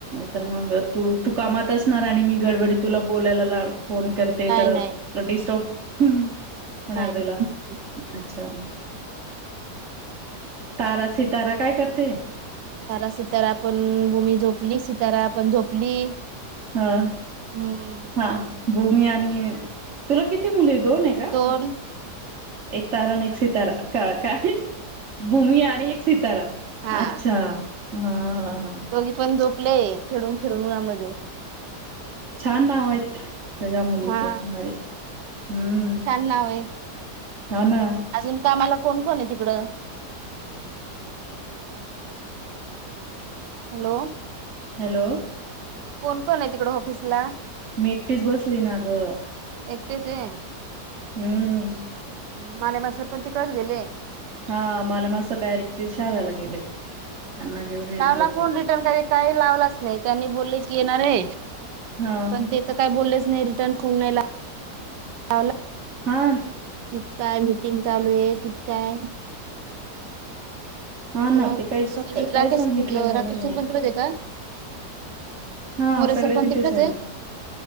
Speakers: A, on the right; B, on the right.
A: तर मग तू तू कामात असणार आणि मी गडबडीत तुला बोलायला लाव फोन करते
B: नाही
A: तर डिस्टॉफ हम्म मणातक
B: नाही
A: अच्छा तारा सितारा काय करते.
B: सारा सितारा पण भूमी झोपली सितारा पण झोपली.
A: हा
B: हम्म
A: हा भूमी आणि तुला किती मुलं येत. दोन आहे का
B: दोन
A: एक तारा न एकसितारा का काय भूमी आणि एक सितारा
B: हा
A: अच्छा हा हा
B: दोघी पण झोपले खेळून फिरून उन्हामध्ये हो
A: छान ना होय रजा मुलीचे
B: हा
A: माारी हम्म
B: छान नाव आहे
A: हा ना.
B: अजून कामाला कोण कोण आहे तिकड हॅलो
A: हॅलो
B: कोण कोण आहे तिकड ऑफिसला.
A: मी एकटीच बसली ना ग
B: एकटच आहे.
A: हम्म
B: माला माझ स्र्पण तिकळत गेले.
A: हा मला मासं डायरेक्ट ते शहाद्याला गेले त्यांना घेऊन येणार
B: लावला
A: आहे ते
B: रिटन काही लावलाच नाही त्यांनी बोलली. कि येणार रे
A: हा
B: पण ते तर काय बोललेच नाही र कन्फर्म फोमला वलं
A: आण
B: किच काय मीटिंग चालू आहे किती काय
A: हा ना
B: मग
A: ते काहीच
B: सगीजण
A: काहीच
B: राकेश
A: सांगितलेलं
B: राकेशर
A: नाहीये
B: बोलते का
A: हा
B: मोरे
A: सगळे
B: सर पण
A: तिथेच
B: तिकडेच
A: आहे ना